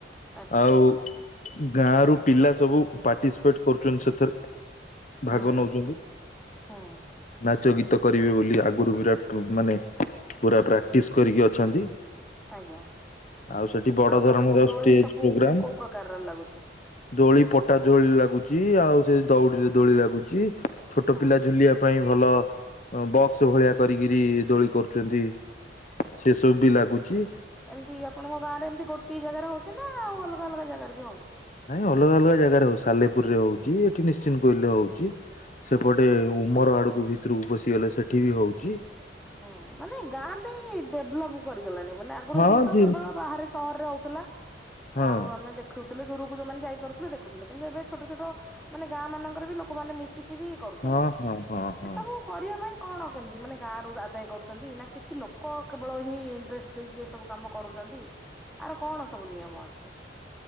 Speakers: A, in the centre; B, on the left.
A: ଆଚ୍ଛା
B: ଆଉ ଗାଁର ପିଲା ସବୁ ପାର୍ଟିସିପେଟ କରୁଚନ୍ତି ସେଥିରେ
A: ହଁ
B: ଭାଗ ନଉଛନ୍ତି।
A: ହଁ।
B: ନାଚ ଗୀତ କରିବେ ବୋଲି ଆଗରୁ ବିରାତ ମାନେ ପୁରା ପ୍ରାକ୍ଟିସ୍ କରିକି ଅଛନ୍ତି।
A: ଆଜ୍ଞା।
B: ଆଉ ସେଠି ବଡ଼
A: ସବୁ
B: ଧରଣର
A: ଦୋଳି
B: ଷ୍ଟେଜ୍
A: ସବୁ
B: ପ୍ରୋଗ୍ରାମ।
A: କୋଉ କୋଉ ପ୍ରକାରର ଲାଗୁଛି?
B: ଦୋଳି ପଟା ଦୋଳି ଲାଗୁଚି ଆଉ ସେ ଦଉଡ଼ିରେ ଦୋଳି ଲାଗୁଚି ଛୋଟ
A: ହଁ
B: ପିଲା ଝୁଲିବା ପାଇଁ ଭଲ ବକ୍ସ ଭଳିଆ କରିକିରି ଦୋଳି କରୁଚନ୍ତି। ସେ ସବୁବି ଲାଗୁଚି।
A: ଏମିତି ଆପଣଙ୍କ ଗାଁରେ ଏମିତି ଗୋଟଏ ଜାଗାରେ ହଉଚିନା ଆଉ ଅଲଗା ଅଲଗା ଜାଗାରେବି ହଉଚି?
B: ନାଇଁ ଅଲଗା ଅଲଗା ଜାଗାରେ ହଉଚି ସାଲେପୁରରେ ହଉଚି ଏଠି ନିଶ୍ଚି କହିଲେ ହଉଚି। ସେପଟେ
A: ଆଜ୍ଞା
B: ଉମର ଆଡକୁ ଭିତରକୁ ପଶିଗଲେ ସେଠି ବି ହଉଚି।
A: ହଁ ମାନେ ଗାଁ ବି ଡେଭଲପ କରିଗଲାଣି ମାନେ ଆଗରୁ
B: ହଁ
A: ଏଇ ଜିନିଷ
B: ଦି
A: କେବଳ ବାହାରେ ସହରରେ ହଉଥିଲା
B: ହଁ
A: ଆଉ ଆମେ ଦେ ଖୁଥିଲେ ଦୂରକୁ ଯୋଉମାନେ ଯାଇପାରୁଥିଲେ ଦେଖୁଥିଲେ କିନ୍ତୁ ଏବେ ଛୋଟ ଛୋଟ ମାନେ ଗାଁ ମାନଙ୍କର ବି ଲୋକମାନେ ମିଶିକିରି କରୁଚନ୍ତି
B: ହଁ ହଁ ହଁ ହଁ।
A: ଏସବୁ କରିବା ପାଇଁ କଣ କେମିତି ମାନେ ଗାଁ ରରୁ ଆଦାୟ କରୁଛନ୍ତି ନା କିଛି ଲୋକ କେବଳ ହିଁ ଟ୍ରେଷ୍ଟ ଦେଇକି ଏ ସବୁ କାମ କରୁଚନ୍ତି ଆର କଣ ସବୁ ନିୟମ ଅଛି?